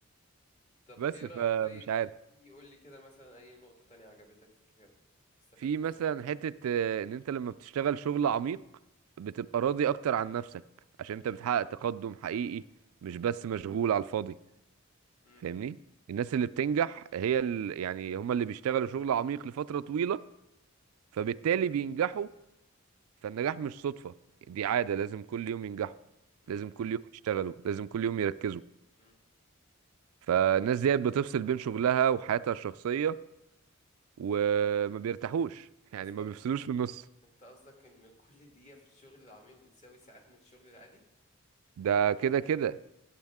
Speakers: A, on the left; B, on the right.
A: طب
B: بس
A: ايه
B: فمش
A: رأيك طيب
B: عارف
A: في- يقول لي كده مثلا اي نقطة تانية عجبتك في الكتاب استفدت
B: في مثلا
A: منها
B: حته آه، ان انت لما بتشتغل شغل عميق بتبقى راضي اكتر عن نفسك عشان انت
A: يعني
B: بتحقق تقدم حقيقي مش بس مشغول على الفاضي
A: امم
B: فاهمني الناس اللي بتنجح هي ال... يعني هم اللي بيشتغلوا شغل عميق لفتره طويله فبالتالي بينجحوا فالنجاح مش صدفه دي عاده لازم كل يوم ينجحوا
A: امم
B: لازم كل يوم يشتغلوا لازم كل يوم يركزوا
A: امم
B: فالناس
A: فعلا.
B: ديت بتفصل بين شغلها وحياتها الشخصيه وما بيرتاحوش
A: قصدك
B: يعني ما بيفصلوش في النص
A: انت قصدك ان كل دقيقة في الشغل العميق بتساوي ساعات من الشغل العادي
B: ده كده كده